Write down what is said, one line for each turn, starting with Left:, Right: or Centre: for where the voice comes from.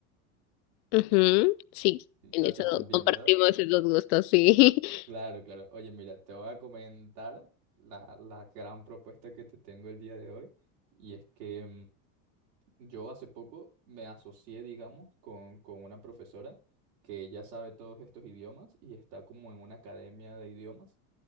Left: Ujú, Sí,
Right: Sí,
Left: en
Right: a
Left: eso
Right: ti también,
Left: compartimos
Right: ¿verdad?
Left: esos gustos, sí. <laughs>
Right: Claro, claro. Oye, mira, te voy a comentar la, la gran propuesta que te tengo el día de hoy y es que mm, yo hace poco me asocié, digamos, con, con una profesora que ya sabe todos estos idiomas y está como en una academia de idiomas.